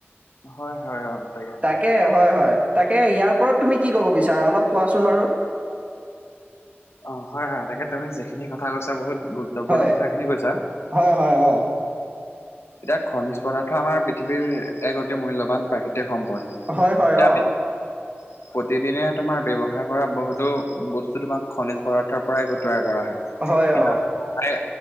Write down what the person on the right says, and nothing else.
তাকে হয় হয় তাকে ইয়াৰ ওপৰত তুমি কি ক'ব বিচাৰা অলপ কোৱাচোন বাৰু
হয়
হয় হয় অ
হয় হয় অ
হয় অ